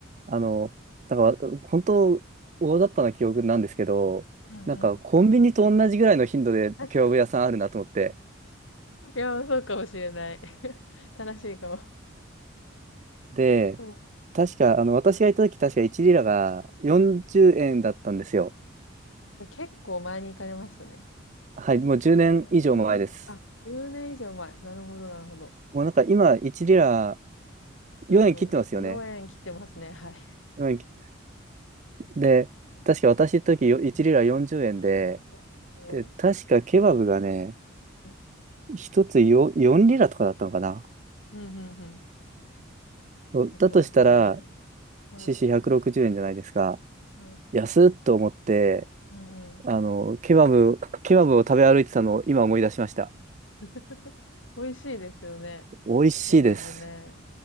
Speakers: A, on the right; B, on the left.
A: あの、だから、本当、大雑把な記憶なんですけど、
B: うんうん。
A: なんか、コンビニと同じぐらいの頻度でケバブ屋さんあるなと思って。
B: <laughs> いや、そうかもしれない。<laughs> 正しいか
A: で、
B: も。
A: 確か、あの、私がいた時、確か1リラが40円だったんですよ。
B: うん。結構前に行かれましたね。
A: はい、もう10年以上も前です。
B: 5年、あ、10年以上前。なるほど、なるほど。
A: もうなんか今、1リラ
B: そう4円切ってますね。
A: 4円切ってますよね。
B: はい。
A: よえん切で、確か私の時、よ1リラ40円で、
B: おお。
A: で、確かケバブがね、
B: はい。
A: 1つよ4リラとかだったのかな。
B: うん、うん、うん。
A: そうだとしたら、
B: 160円。はい。
A: CC160 円じゅうえんじゃないですか。
B: はい。
A: 安っと思って、
B: うんうん。
A: あの、ケバブ、ケバブを食べ歩いてたのを今思い出しました。
B: <laughs> 美味しいですよね。
A: 美味しいです。
B: ケバブね。